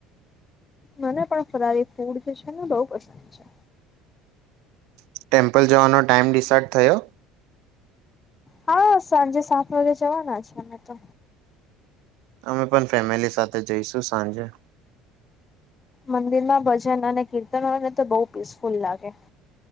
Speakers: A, on the left; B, on the right.
A: મને પણ ફરારી ફૂડ જે છે ને બહુ પસંદ છે.
B: ટેમ્પલ જવાનો ટાઈમ ડિસાઇડ થયો?
A: હા સાંજે સાત વાગે જવાના છે અમે તો.
B: અમે પણ ફેમિલી સાથે જઈશું સાંજે.
A: મંદિર માં ભજન અને કીર્તન હો ને તો બહુ પીસફુલ લાગે.